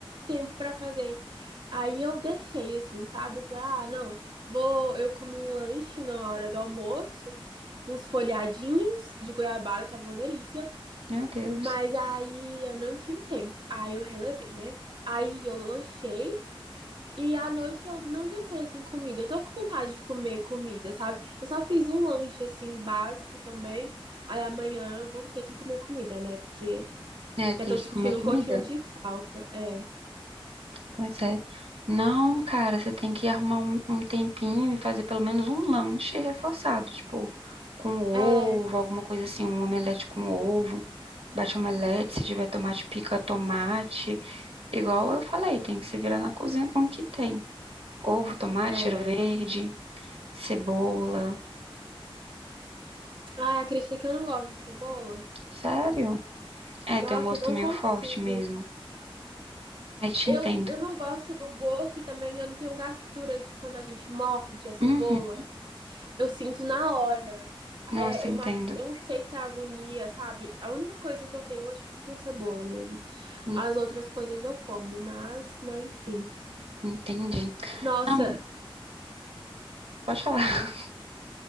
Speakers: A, on the right (about 55°); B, on the right (about 85°).
A: tempo pra fazer. Aí eu deixei assim, sabe? Eu falei: "Ah, não, vou, eu comi um lanche na hora do almoço, uns folhadinhos de goiabada, tava uma delícia,
B: Meu Deus.
A: mas aí eu não tive tempo. Aí eu relevei, né? Aí eu lanchei e à noite eu não jantei assim comida. Eu tô com vontade de comer comida, sabe? Eu só fiz um lanche assim básico também. Aí amanhã eu vou ter que comer comida, né? Porque
B: É, tem
A: já tô
B: que
A: sentindo
B: comer comida.
A: um pouquinho de falta. É.
B: Pois é. Não, cara, você tem que arrumar um, um tempinho e fazer pelo menos um lanche reforçado, tipo, com ovo,
A: É,
B: alguma coisa assim, um omelete com ovo, bate omelete, se tiver tomate, pica tomate. Igual eu falei, tem que se virar na cozinha com o que tem. Ovo, tomate,
A: é.
B: cheiro verde, cebola.
A: Ah, acredita que eu não gosto de cebola?
B: Sério? É,
A: Nossa,
B: tem um gosto
A: eu não
B: meio
A: consigo.
B: forte mesmo. Aí te
A: Eu,
B: entendo.
A: eu não gosto do gosto e também eu não tenho gastura de quando a gente morde a cebola.
B: Uhum.
A: Eu sinto na hora.
B: Nossa,
A: É
B: entendo.
A: uma, eu não sei se é agonia, sabe? A única coisa que eu tenho é tipo, com cebola mesmo.
B: Hum,
A: As outras coisas eu como, mas, né, enfim.
B: Entendi.
A: Nossa,
B: Não, pode falar.